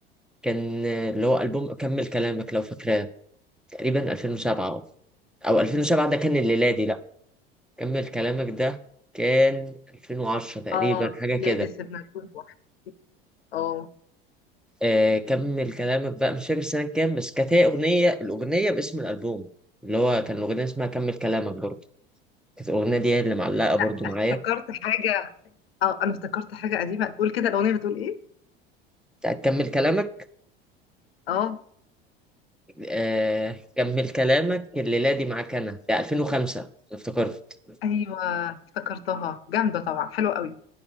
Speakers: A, in the centre; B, on the left.
A: كان آه، اللي هو البوم كمل كلامك لو فاكراه تقريبا 2007 اه او 2007 ده كان الميلادي لا كمل كلامك ده كان 2010 تقريبا
B: اه
A: حاجه
B: بلادي
A: كده
B: سيبنا جروب واحد. اه
A: آه كمل كلامك بقى مش فاكر سنه كام بس كانت هي اغنيه الاغنيه باسم الالبوم اللي هو كان الاغنيه اسمها كمل كلامك برضه كانت الاغنيه دي هي اللي معلقه
B: لا
A: برضه
B: افتكرت
A: معايا
B: حاجة اه انا افتكرت حاجة قديمة تقول كده الأغنية بتقول ايه
A: بتاعت كمل كلامك
B: اه
A: آه كمل كلامك الليلة دي معاك أنا ده 2005 افتكرت
B: ايوه افتكرتها جامدة طبعا حلوة قوي